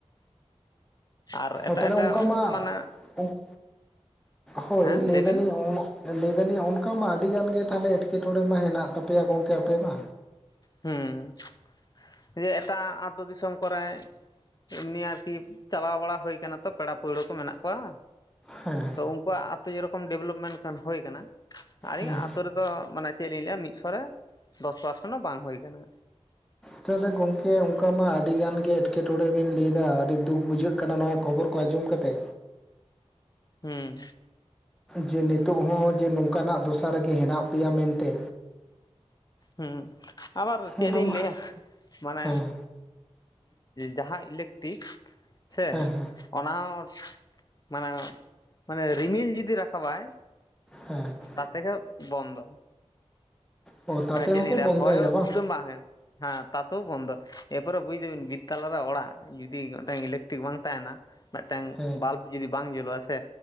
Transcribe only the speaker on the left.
ᱟᱨ ᱮᱴᱟᱜ
ᱮᱴᱟᱜ
ᱢᱟᱱᱮ,
ᱦᱮᱸ
ᱞᱟᱹᱭ ᱵᱤᱱ
ᱦᱩᱸ ᱡᱮ ᱮᱴᱟᱜ ᱟᱛᱳ ᱫᱤᱥᱚᱢ ᱠᱚᱨᱮ᱾ ᱮᱢᱱᱤ ᱟᱨᱠᱤ ᱪᱟᱞᱟᱣ ᱵᱟᱲᱟ ᱦᱳᱭ ᱠᱟᱱᱟ ᱛᱚ ᱯᱮᱲᱟ ᱯᱟᱹᱲᱦᱟᱹ ᱠᱚ ᱢᱮᱱᱟᱜ ᱠᱚᱣᱟ᱾
ᱛᱚ ᱩᱱᱠᱩᱣᱟᱜ ᱟᱛᱳ ᱡᱮᱨᱚᱠᱚᱢ ᱰᱮᱵᱷᱞᱚᱯᱢᱮᱱᱴ ᱦᱳᱭ ᱠᱟᱱᱟ ᱟᱞᱤᱧᱟ
ᱟᱛᱳ ᱨᱮ ᱫᱚ ᱢᱟᱱᱮ ᱪᱮᱫ ᱞᱤᱧ ᱞᱟᱹᱭᱟ ᱢᱤᱫᱥᱚ ᱨᱮ ᱫᱚᱥ ᱯᱟᱨᱥᱮᱱ ᱦᱚᱸ ᱵᱟᱝ ᱦᱳᱭ ᱠᱟᱱᱟ᱾
ᱦᱩᱸ,
ᱦᱩᱸ ᱟᱵᱟᱨ ᱪᱮᱫ
ᱞᱤᱧ
ᱞᱟᱹᱭᱟ ᱢᱟᱱᱮ,
ᱡᱟᱦᱟᱸ ᱤᱞᱮᱠᱴᱤᱠ ᱥᱮ,
ᱚᱱᱟ ᱦᱚᱸ ᱢᱟᱱᱮ ᱢᱟᱱᱮ ᱨᱤᱢᱤᱞ ᱡᱩᱫᱤ ᱨᱟᱠᱟᱵᱟᱭ᱾
ᱛᱟ ᱛᱷᱮᱠᱮᱣ ᱵᱚᱱᱫᱚ
ᱢᱟᱱᱮ ᱪᱮᱫ
ᱞᱤᱧ ᱞᱟᱹᱭᱟ
ᱦᱚᱭ ᱦᱚᱸ ᱥᱩᱫᱫᱟᱹ ᱵᱟᱝ ᱦᱳᱭᱳᱜ᱾ ᱦᱮᱸ ᱛᱟᱛᱮᱣ ᱵᱚᱱᱫᱚ ᱮᱯᱚᱨᱮ ᱵᱩᱡ ᱫᱟᱵᱤᱱ ᱵᱤᱨᱛᱟᱞᱟ ᱨᱮ ᱚᱲᱟᱜ ᱡᱩᱫᱤ ᱢᱤᱫᱴᱟᱝ ᱤᱞᱮᱠᱴᱨᱤᱠ ᱵᱟᱝ ᱛᱟᱦᱮᱱᱟ᱾ ᱢᱤᱫᱴᱟᱝ
ᱵᱟᱞᱵ ᱡᱩᱫᱤ ᱵᱟᱝ ᱡᱳᱞᱳᱜᱼᱟ ᱥᱮ